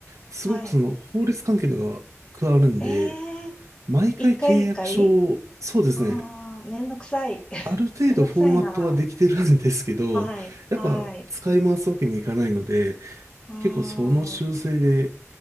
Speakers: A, on the right; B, on the left.
A: すごくその法律関係のが加わるんで
B: はい。えー、
A: 毎回契約書をそうですね
B: 一回一回ああー、めんどくさい。
A: ある程度フォーマットはできてるんですけどやっぱ使い回すわけにいかないので
B: めんどくさいな。はい、はい。うーん、
A: 結構その修正で
B: う